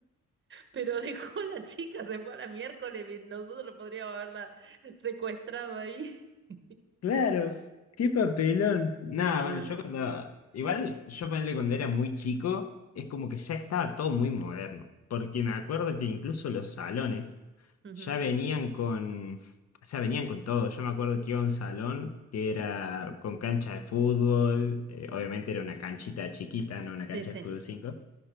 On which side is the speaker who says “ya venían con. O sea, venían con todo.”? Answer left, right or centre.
Left